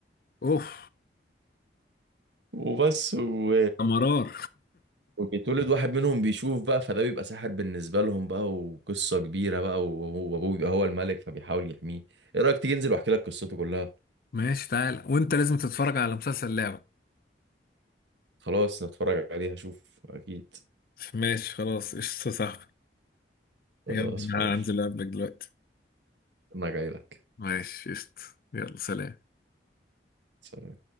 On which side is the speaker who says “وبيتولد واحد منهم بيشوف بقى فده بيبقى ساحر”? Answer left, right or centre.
Right